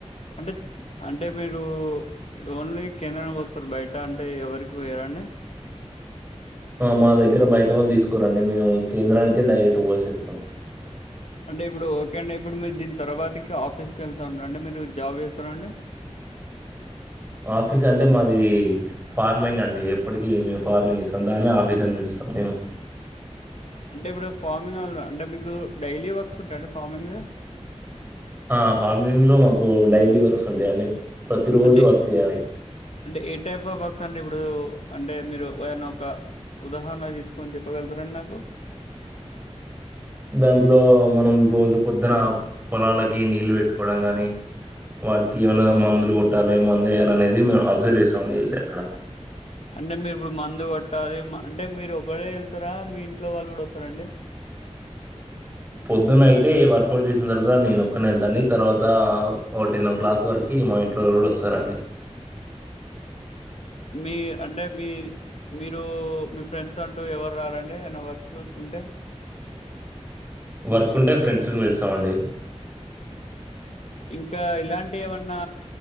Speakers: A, on the left (about 65°); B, on the right (about 15°).
A: అంటే అంటే మీరు ఓన్లీ కేంద్రానికి పోస్తారు బయట అంటే ఎవరికి పోయరా అండి
B: మా దగ్గర బయట వాళ్ళు తీసుకోరండి మేము కేంద్రానికి డైరెక్ట్ పోసేస్తాం
A: అంటే ఇప్పుడు ఓకే అంటే ఇప్పుడు మీరు దీని తర్వాత ఆఫీస్కి వెళ్తా అనరండి మీరు జాబ్ చేస్తార అండి
B: ఆఫీస్ అంటే మాది ఫార్మింగ్ అండి ఎప్పటికిీ మేము ఫార్మింగ్ చేస్తాం దాన్ని ఆఫీస్ అని పిలుస్తాం మేము
A: అంటే ఇప్పుడు ఫార్మింగ్ అంటే మీకు డైలీ వర్క్స్ ఉంటాయండి ఫార్మింగ్ లో
B: ఆ ఫార్మింగ్ లో మాకు డైలీ వర్క్స్ ఉంటాయండి ప్రతిరోజు
A: అంటే
B: వర్క్ చేయాలి
A: అంటే ఏ టైప్ ఆఫ్ వర్క్స్ అండి ఇప్పుడు అంటే మీరు ఏన ఒక ఉదాహరణ తీసుకని చెప్పగలుగుతారండి నాకు
B: దాంట్లో మనం రోజు పొద్దున పొలాలకి నీళ్ళు పెట్టుకోవడం కాని వాటికి ఏమనా మందులు కొట్టాలి మందు వేయాలి అనేది మేము అబ్జర్వ్ చేస్తామండి వెళ్ళి అక్కడ
A: అంటే మీరు ఇప్పుడు మందు కొట్టాలి అంటే మీరు ఒకరే వెళ్తారా మీ ఇంట్లో వాళ్ళు కూడా వస్తారా అండి
B: పొద్దున అయితే వర్కౌట్ చేసిన తర్వాత నేను ఒక్కన వెళ్తాండి తర్వాత ఓ టెన్ ఓ క్లాక్ వరకు మా ఇంట్లో వాళ్ళు కూడా వస్తారండి
A: మీ అంటే మీ మీరు మీ ఫ్రెండ్స్ అంటూ ఎవరు రారా అండి ఎమ్మన వర్క్ ఉంటే
B: వర్క్ ఉంటే ఫ్రెండ్స్ పిలుస్తాండి
A: ఇంకా ఇలాంటి ఏమన్నా